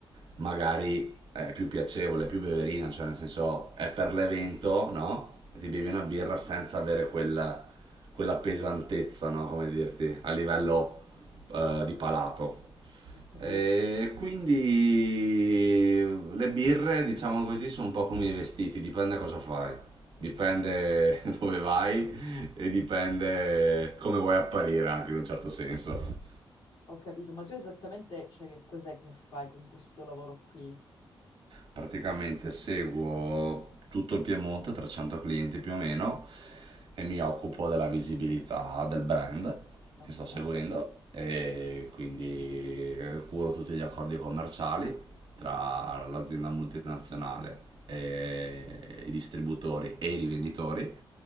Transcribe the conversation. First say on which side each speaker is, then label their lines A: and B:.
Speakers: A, on the right; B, on the left.
A: magari è più piacevole, più beverina, cioè nel senso è per l'evento, no? E ti bevi una birra senza avere quella, quella pesantezza, no? Come dirti, a livello eh, di palato.
B: Ho capito.
A: E quindi le birre, diciamo così, sono un po' come i vestiti, dipende cosa fai, dipende
B: Mhm.
A: <laughs> dove vai e dipende come vuoi apparire anche in un certo senso.
B: Ho capito, ma tu esattamente, cioè, che cos'è che fai con questo lavoro qui?
A: praticamente seguo tutto il Piemonte, 300 clienti più o meno, e mi occupo della visibilità del brand
B: Ok,
A: che sto seguendo e quindi curo tutti gli accordi commerciali tra l'azienda multinazionale e i distributori e i rivenditori